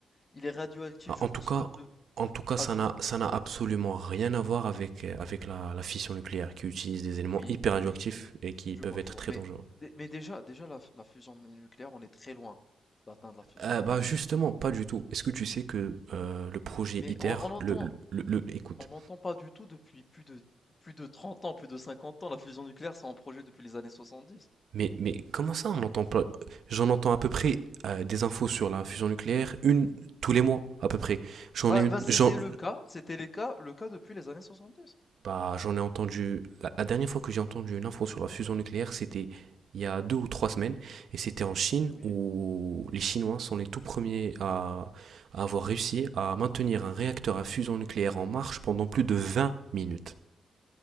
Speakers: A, on the left (about 30°); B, on the right (about 70°).
A: il est radioactif,
B: Ah,
A: je
B: en
A: pense
B: tout cas,
A: que de
B: en tout cas,
A: à
B: ça
A: dou-
B: n'a, ça n'a
A: Oui,
B: absolument rien à voir avec, euh, avec la, la fission nucléaire, qui utilise des éléments
A: oui,
B: hyper radioactifs
A: oui, je,
B: et qui
A: je
B: peuvent
A: vois,
B: être
A: je vois.
B: très
A: Mais,
B: dangereux.
A: dé- mais déjà, déjà la, la fusion nucléaire, on est très loin d'atteindre la fusion
B: Euh,
A: nucléaire.
B: bah justement, pas du tout. Est-ce que tu sais que euh, le projet
A: Mais
B: ITER,
A: on, on entend,
B: le, le, le- le- écoute,
A: On n'entend pas du tout depuis plus de plus de 30 ans, plus de 50 ans, la fusion nucléaire, c'est en projet depuis les années 70.
B: mais, mais comment ça on entend pas? J'en entends à peu près euh, des infos sur la fusion nucléaire, une tous les mois à peu près. J'en
A: Bah,
B: ai une,
A: bah, c'était
B: j'en,
A: le cas, c'était les cas, le cas depuis les années 70.
B: Bah, j'en ai entendu. La, la dernière fois que j'ai entendu une info sur la fusion nucléaire, c'était il y a deux ou trois semaines, et c'était en Chine
A: Oui,
B: où les Chinois sont les tout premiers à, à avoir réussi à maintenir un réacteur à fusion nucléaire en marche pendant plus de 20 minutes.